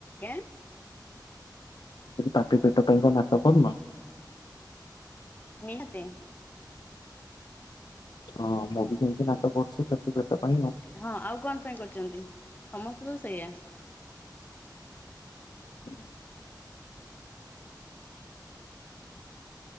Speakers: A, on the left; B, on the left.
A: ଆଜ୍ଞା।
B: ମୁଁ କହିଲି ପାପି ପେଟ ପାଇଁ କଣ ନାଟ କରୁନ?
A: ନିହାତି।
B: ହଁ ସବୁ ଯେମିତି ନାକ କରୁଛ ପାପି ପେଟ ପାଇଁ ଆଉ।
A: ହଁ ଆଉ କଣ ପାଇଁ କରିଛନ୍ତି ସମସ୍ତେ ତ ସେଇଆ।
B: ହୁଁ